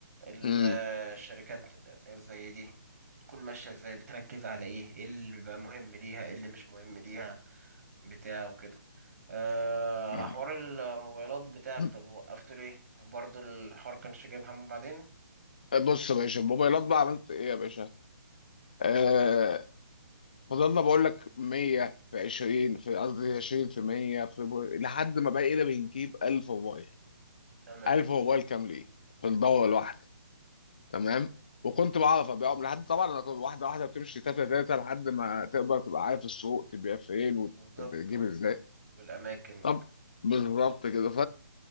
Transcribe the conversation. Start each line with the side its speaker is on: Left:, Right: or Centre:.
Right: ال-
Left: امم
Right: آه، الشركات زي دي تكون ماشية ازاي بتركز على ايه ايه اللي بيبقى مهم ليها ايه اللي مش مهم ليها بتاع وكده آه، على
Left: يعني
Right: حوار الموبايلات بتاعك
Left: مم.
Right: طب وقفته ليه برضه الحوار كانش جايب همه بعدين
Left: بص يا باشا الموبايلات بقى عملت ايه يا باشا؟ آه
Right: مم.
Left: فضلنا بقول لك 100 في 20 في قصدي 20 في 100 في ب... لحد ما بقينا بنجيب 1000 موبايل
Right: تمام
Left: 1000 موبايل كاملين في الدورة الواحدة تمام؟ وكنت بعرف ابيعهم لحد طبعا انا كنت واحده واحده بتمشي تاتا تاتا لحد ما تقدر تبقى عارف السوق تبيع فين وتجيب
Right: بالظبط آه،
Left: ازاي
Right: والأماكن
Left: طب بالظبط كده